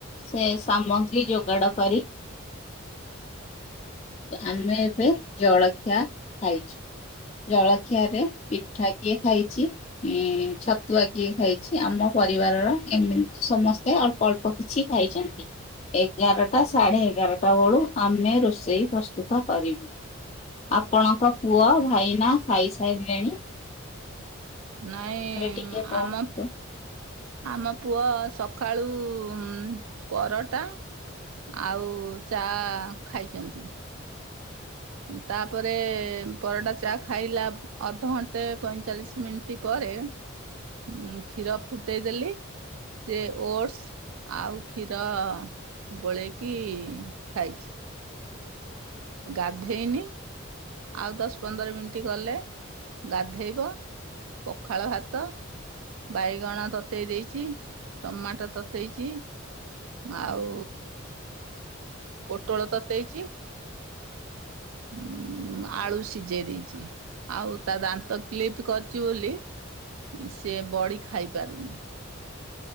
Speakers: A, on the left (about 30°); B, on the right (about 85°).
A: ସେ ସାମଗ୍ରୀ ଯୋଗାଡ କରି। ଆମେ ଏବେ ଜଳଖିଆ ଖାଇଛୁ। ଜଳଖିଆ ରେ ପିଠା କିଏ ଖାଇଛି? ଛତୁଆ କିଏ ଖାଇଛି? ଆମ ପରିବାରର ଏମିତି ସମସ୍ତେ ଆଉ ଅଳ୍ପ କିଛି ଖାଇଛନ୍ତି। ଏଗାରଟା ସାଢେ ଏଗାରଟା ବେଳୁ ଆମେ ରୋଷେଇ ପ୍ରସ୍ତୁତ କରିବୁ। ଆପଣଙ୍କ ପୁଅ ଭାଇ ନା ଖାଇସାରଲେଣି।
B: ନାଇଁ
A: ଟିକେ କୁହନ୍ତୁ
B: ଆମ ଆମ ପୁଅ ସକାଳୁ ଉ ପରଟା ଆଉ ଚା ଖାଇଛନ୍ତି। ତାପରେ ପରଟା ଚା ଖାଇଲା ଅଧଘଣ୍ଟେ ପଇଁଚାଳିଶ ମିନିଟ୍ ପରେ ହଁ କ୍ଷୀର ଫୁଟେଇଦେଲି। ସେ ଓଟସ ଆଉ କ୍ଷୀର। ଗୋଳେଇକି ଖାଇଛି। ଗାଧେଇନି। ଆଉ ଦଶ ପନ୍ଦର ମିନିଟ ଗଲେ ଗାଧେଇବ। ପଖାଳ ଭାତ। ବାଇଗଣ ତତେଇ ଦେଇଛି, ଟମାଟୋ ତତେଇଛି। ଆଉ ପୋଟଳ ତତେଇଛି। ହୁଁ। ଆଳୁ ସିଝେଇ ଦେଇଛି ଆଉ ତା ଦାନ୍ତ କ୍ଲିପ କରିଛି ବୋଲି ସେ ବଡି ଖାଇପାରୁନି।